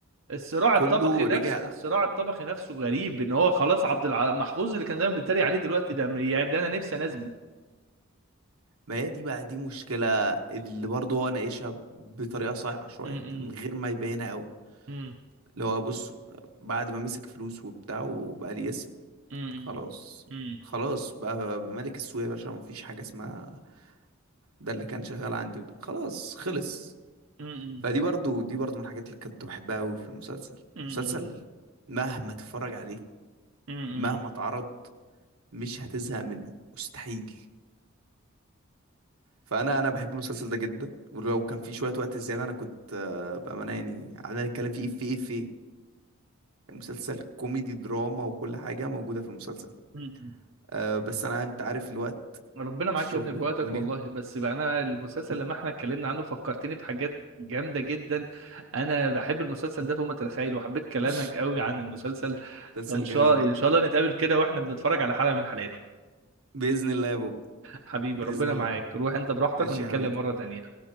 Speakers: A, on the right (about 60°); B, on the right (about 85°).
A: الصراع الطبقي
B: كله
A: نفسه
B: رجع
A: الصراع الطبقي نفسه غريب ان هو خلاص عبد الع... محفوظ اللي كان زمان بيتريق عليه دلوقتي ده يعني ده انا نفسي انزله
B: ما هي دي بقى دي مشكلة اللي برضه هو ناقشها بطريقة صايعة شوية
A: امم
B: يعني من غير ما يبينها قوي
A: امم
B: اللي هو بص بعد ما مسك فلوس وبتاع وبقى ليه اسم
A: امم
B: خلاص
A: امم
B: خلاص بقى ملك السوق يا باشا مفيش حاجة اسمها ده اللي كان شغال عندي خلاص خلص
A: امم
B: فدي برضه دي برضه من الحاجات اللي كنت بحبها قوي في المسلسل
A: امم
B: المسلسل مهما تتفرج عليه
A: امم
B: مهما اتعرض مش هتزهق منه مستحيل فانا انا بحب المسلسل ده جدا ولو كان في شويه وقت زياده انا كنت آه، بامانه يعني قعدنا نتكلم فيه في إيه، في مسلسل كوميدي دراما وكل حاجه موجوده في المسلسل
A: امم
B: أه بس انا انت عارف الوقت
A: ربنا معاك
B: الشغل
A: يا ابني في
B: والدنيا
A: وقتك والله بس بقى انا المسلسل لما احنا اتكلمنا عنه فكرتني بحاجات جامده جدا انا بحب المسلسل ده فوق ما تتخيل وحبيت كلامك
B: <laughs>
A: قوي عن المسلسل
B: مسلسل
A: فان شاء
B: جميل
A: ان شاء الله نتقابل كده واحنا بنتفرج على حلقه من حلقاته
B: باذن الله يا بوب
A: حبيبي
B: باذن
A: ربنا
B: الله
A: معاك روح انت براحتك
B: ماشي
A: ونتكلم
B: يا حبيبتي
A: مره تانية